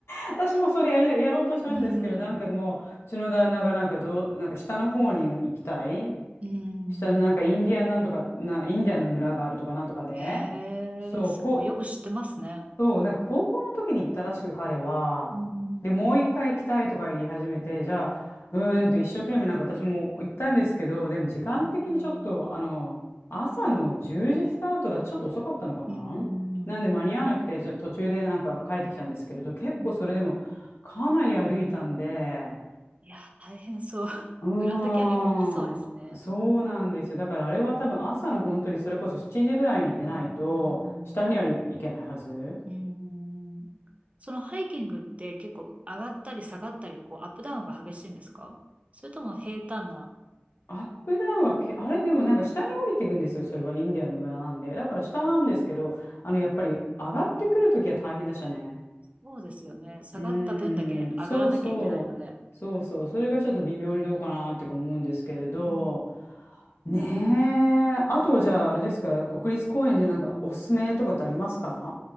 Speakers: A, on the left (about 85°); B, on the right (about 35°).
A: 私もそれやる、やろうとしたんですけど、
B: うーん。
A: なんかもう、うちの旦那がなんかどう、なんか下の方に行きたい。
B: うん。
A: 下のなんかインディアンなんとか、な、インディアンの村があるとかなんとかで。
B: ええすごい。
A: そう、こ
B: よく知ってますね。
A: そう、なんか高校の時に行ったらしく彼は、
B: うん。
A: で、もう一回行きたいとか言い始めて、じゃあ、うーんと一生懸命なんか私も行ったんですけど、でも時間的にちょっと、
B: うん。
A: あの、朝の10時スタートだとちょっと遅かったのかな
B: うん。
A: なんで間に合わなくて、
B: う
A: じゃあ途中でなんか帰ってきたんですけれど、結構それでもかなり歩いたんで、
B: んいや大変そう。<laughs>
A: うーん、
B: グランドキャニオン大きそうですね。
A: そうなんですよ。だからあれは多分朝の本当にそれこそ7時ぐらいに出ないと、
B: うん。
A: 下にはい行けないはず。
B: うーん。そのハイキングって結構上がったり下がったり、こうアップダウンが激しいんですかそれとも平坦な。
A: アップダウンはけ、あれでもなんか下に降りていくんですよ、それはインディアンの村なんで。だから下なんですけど、あの、やっぱり上がってくるときは大変でしたね。
B: そうですよね。下がった分だけ上がらなきゃいけないので。
A: うーん、そうそう、
B: う
A: そうそう、それがちょっと微妙にどうかなってか思うんですけれど、
B: ん。
A: ねえ、あとはじゃああれですか、
B: うん
A: 国立公園でなんかおすすめとかってありますか